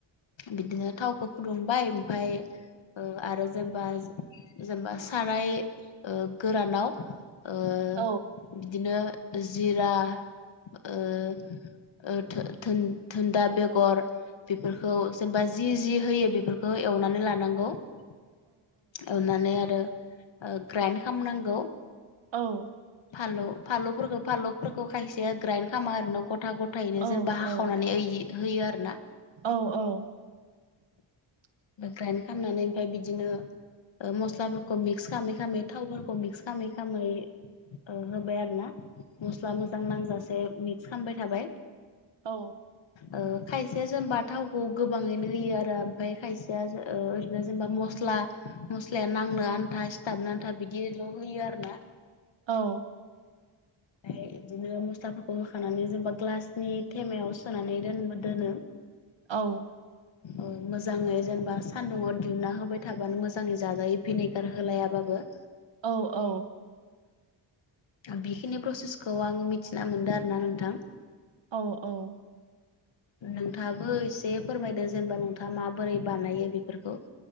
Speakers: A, on the left; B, on the right.
A: बिदिनो थावखौ फुदुंबाय ओमफाय ओ आरो जेनबा- जेनबा साराय ओ गोरानाव ओ
B: औ
A: बिदिनो जिरा ओ ओ धो-धोन-धोनदा बेगर बेफोरखौ जेनबा जि-जि होयो बेफोरखौ एवनानै लानांगौ औ नानै आरो ओ ग्राइन्द खामनांगौ।
B: औ
A: फालु-फालुफोरखौ-फालुफोरखौ खायसेया ग्राइन्द खामा आरोना गथा ग' थायैनो
B: औ
A: जेनबा हाखावनानै ऐ इ होयो आरोना।
B: औ औ <inaudible>
A: ग्राइन खामनानै ओमफाय बिदिनो ओ मस्लाफोरखौ मिक्स खामै-खामै थावफोरखौ मिक्स खामै-खामै ओ होबाय आरोना मस्ला मोजां नांजासे मिक्स खामबाय थाबाय
B: औ
A: ओ खायसेया जेनबा थावखौ गोबाङैनो होयो आरो ओमफाय खायसेया जो ओ नो जेनबा मस्ला-मस्लाया नांनो आन्था सिथाबनो आन्था बिदिल' होयो आरोना
B: औ
A: फाय इदिनो मसलाफोरखौ खानानै जेनबा ग्लासनि थेमायाव सोनानै दोन-दोनो।
B: औ
A: ओ मोजाङै जेनबा सान्दुंआव दिहुनना होबाय थाबानो मोजाङै जाजायो भिनेगार होलायाबाबो।
B: औ औ
A: बिखिनि प्रसेसखौ आं मिथिना मोनदो आरोना नोंथां।
B: औ औ
A: नोंथाङाबो एसे फोरमायदो जेनबा नोंथाङा माबोरै बानायो बेफोरखौ।